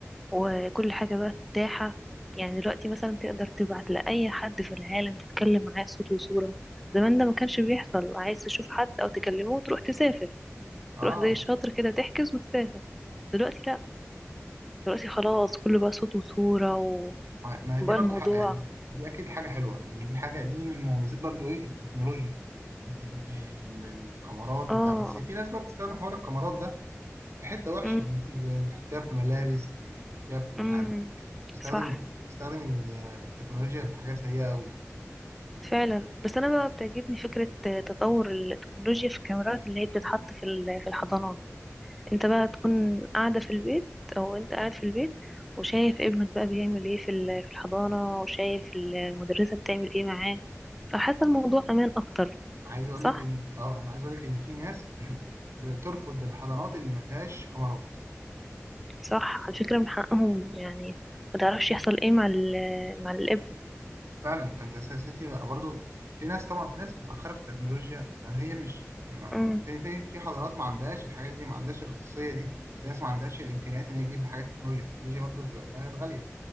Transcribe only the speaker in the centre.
وكل حاجة بقى متاحة يعني دلوقتي مثلا تقدر تبعت لأي حد في العالم تتكلم معاه صوت وصورة زمان ده ما كانش بيحصل عايز تشوف حد أو تكلمه وتروح تسافر
تروح زي الشاطر كده تحجز وتسافر دلوقتي لأ دلوقتي خلاص كله بقى صوت وصورة و-
وبقى
الموضوع
اه
امم
امم
صح
فعلا بس أنا بقى بتعجبني فكرة تطور التكنولوجيا في الكاميرات اللي هي بتتحط في ال- في الحضانات انت بقى تكون قاعدة في البيت او انت قاعد في البيت وشايف ابنك بقى بيعمل ايه في ال- في الحضانة وشايف المدرسة بتعمل ايه معاه فحاسة الموضوع امان اكتر
صح
صح على فكرة من حقهم يعني ما تعرفش يحصل ايه مع ال مع الابن
امم